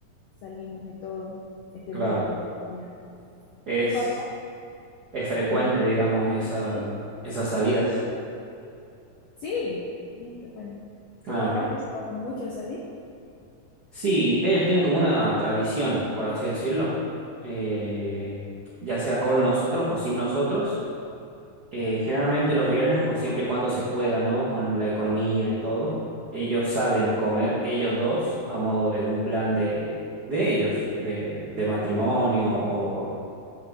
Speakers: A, on the left; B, on the right.
A: salimos de todo este
B: claro.
A: vínculo familiar.
B: Es,
A: ¿Tu papá
B: es frecuente,
A: te
B: digamos, esa,
A: hizo salir?
B: esas salidas.
A: Sí, bien frecuente.
B: Ah,
A: ¿Tu papá
B: qué
A: te llevaba mucho a salir?
B: Sí, ellos tienen como una tradición, por así decirlo, eh, ya sea con nosotros o sin nosotros. Eh, generalmente los viernes, cu- siempre y cuando se pueda, ¿no? Con la economía y todo, ellos salen a comer, ellos dos, a modo de un plan de, de ellos, de, de matrimonio o,